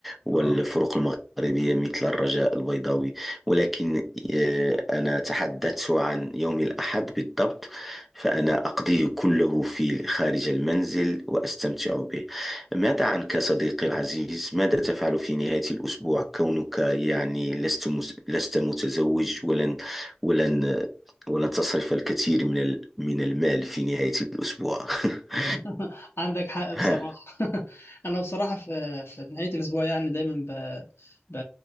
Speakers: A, in the centre; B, on the left.
A: والفرق
B: اه
A: المغربية مثل الرجاء البيضاوي ولكن آه، أنا تحدثت عن يوم الأحد بالضبط فأنا أقضيه كله في خارج المنزل وأستمتع به ماذا عنك صديقي العزيز؟ ماذا تفعل في نهاية الأسبوع كونك يعني لست مس... لست متزوج ولن ولن ولن تصرف الكثير من ال... من المال في نهاية الأسبوع <laughs>
B: <laughs> عندك حق بصراحة
A: ها.
B: <laughs> أنا بصراحة في في نهاية الأسبوع يعني دايما ب... ب...